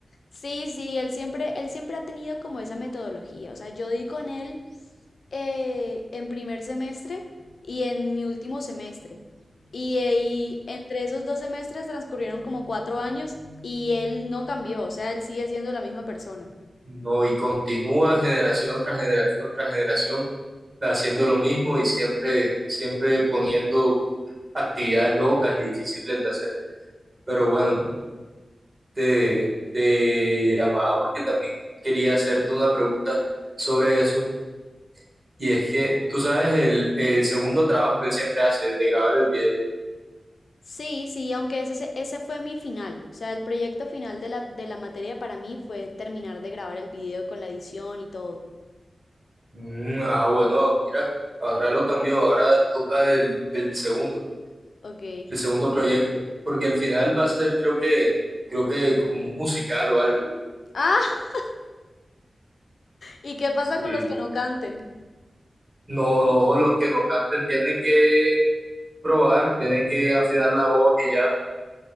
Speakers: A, on the left; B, on the right.
A: sí, sí, él siempre, él siempre ha tenido como esa metodología, o sea, yo di con él eh, en primer semestre y en mi último semestre. Y, ahí, entre esos dos semestres transcurrieron como cuatro años y él no cambió, o sea, él sigue siendo la misma persona.
B: No, y continúa generación tras generación tras generación haciendo lo mismo y siempre, siempre poniendo actividades locas y difíciles de hacer. Pero bueno, te, te llamaba porque también quería hacerte una pregunta sobre eso. Y es que, tú sabes, el, el segundo trabajo que él siempre hace, el de grabar el video.
A: Sí, sí, aunque ese, ese fue mi final. O sea, el proyecto final de la, de la materia para mí fue terminar de grabar el video con la edición y todo.
B: Mm, ah, bueno, mira, ahora lo cambió, ahora toca el, el segundo.
A: Ok.
B: el segundo proyecto, porque al final va a ser creo que, creo que como un musical o algo.
A: Ah, <laughs> ¿y qué pasa
B: Sí.
A: con los que no canten?
B: No, no, los que no canten tienen que probar, tienen que afinar la voz y ya.